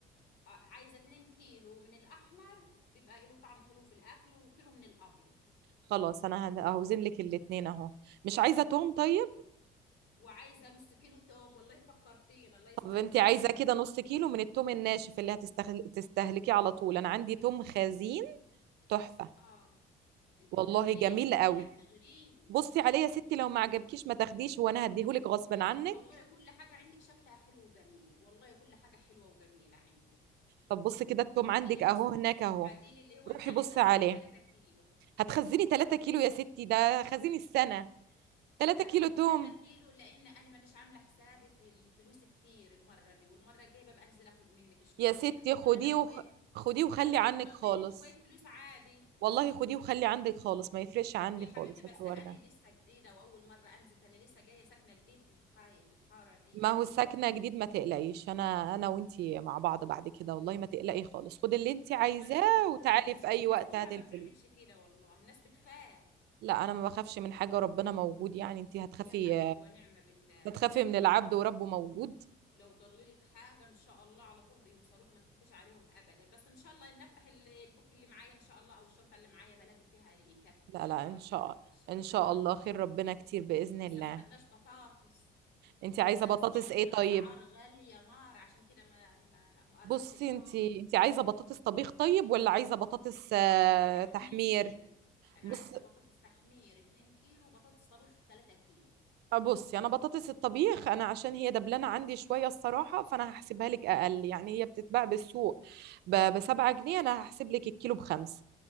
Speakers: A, on the left; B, on the right.
A: آه، عايزه 2 كيلو من الاحمر بيبقى له طعم حلو في الاكل وكيلو من الابيض
B: خلاص انا هن- هوزن لك الاتنين اهو مش عايزه توم طيب
A: وعايزه نص كيلو توم والله فكرتين الله يصلح
B: طب انت
A: حالي
B: عايزه كده نص كيلو من التوم الناشف اللي هتستخل... تستهلكيه على طول انا عندي توم خزين تحفه
A: اه انت
B: والله
A: بتغريني
B: جميل قوي
A: كده بتغريني
B: بصي عليه يا ستي لو ما عجبكيش ما تاخديش وانا هديهولك غصب
A: يا
B: عنك
A: ستي والله كل حاجة عندك شكلها حلو وجميل والله كل حاجة حلوة وجميلة عندك
B: طب بص كده التوم
A: هاتيلي
B: عندك اهو
A: نص
B: هناك اهو
A: هاتيلي اللي هو
B: روحي
A: بتاع
B: بصي
A: الخزين
B: عليه
A: 3 كيلو
B: هتخزني 3 كيلو يا ستي ده خزيني السنة 3
A: لا
B: كيلو
A: هاتيلي
B: توم
A: 3 كيلو لأن أنا مانيش عاملة حسابي في الفلوس كتير المرة دي والمرة الجاية ببقى أنزل أخد منك شوية
B: يا ستي
A: يعني ولا
B: خديه
A: لو
B: وخ... خديه وخلي
A: ولا
B: عنك
A: لو ضللت
B: خالص
A: شوية فلوس عادي
B: والله خديه وخلي عندك خالص ما يفرقش عندي
A: يا حبيبتي
B: خالص
A: بس
B: الحوار
A: أنا
B: ده
A: لسه جديدة وأول مرة أنزل تاني لسه جاية ساكنة جديد في الحي في الحارة دي
B: ما
A: يعني
B: هو ساكنة
A: ما
B: جديد ما تقلقيش انا انا وانتي مع بعض بعد كده والله ما تقلقي خالص خدي اللي انتي عايزاه
A: والله إنك زهق
B: وتعالي
A: مش
B: في اي
A: الناس
B: وقت
A: كلها
B: هاتي
A: ما
B: الفلوس
A: بتعملش كده والله الناس بتخاف
B: لا انا ما بخافش من حاجة ربنا موجود يعني انتي هتخافي
A: يا حبيبتي ونعم بالله اعتبريهم
B: هتخافي من العبد
A: في-
B: وربه موجود
A: لو ضللك حاجة ان شاء الله على طول بيوصلوك ما تخافيش عليهم ابدا بس ان شاء الله ان افتح ال- البوك اللي معايا ان شاء الله او الشنطة اللي معايا بلاقي فيها يكفي
B: لا
A: ان شاء
B: لا
A: الله
B: ان
A: ربنا
B: شاء
A: ما يفشلنا
B: ان شاء
A: يا رب
B: الله خير ربنا كتير باذن
A: لسه
B: الله
A: ما خدناش بطاطس
B: انت عايزه
A: بس انا
B: بطاطس
A: سمعت
B: ايه
A: ان الاسعار
B: طيب
A: غالية نار عشان كده ما ما ما قربت
B: بصي
A: لها
B: انت انت عايزه بطاطس طبيخ طيب ولا عايزه بطاطس
A: لا،
B: آه،
A: تحمير
B: تحمير
A: انا
B: بص
A: عايزة بطاطس تحمير 2 كيلو وبطاطس طبخ 3 كيلو
B: آه، بصي انا بطاطس الطبيخ انا عشان هي دبلانه عندي شويه الصراحه فانا هحسبها لك اقل يعني هي بتتباع بالسوق ب- بسبعة جنيه انا هحسب لك الكيلو بخمسة